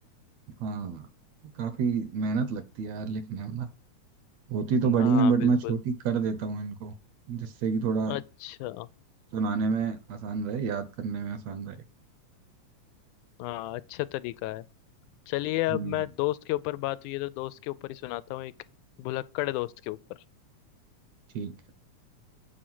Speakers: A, on the right; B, on the left.
A: हाँ काफी मेहनत लगती है यार लिखने में ना होती तो बड़ी
B: हाँ
A: है बट
B: बिल्कुल
A: मैं छोटी कर देता हूँ इनको जिससे कि थोड़ा
B: अच्छा
A: सुनाने में आसान रहे याद करने में आसान रहे
B: हाँ अच्छा तरीका है चलिए अब
A: हम्म
B: मैं दोस्त के ऊपर बात हुई है तो दोस्त के ऊपर ही सुनाता हूँ एक भुलक्कड़ दोस्त के ऊपर
A: ठीक है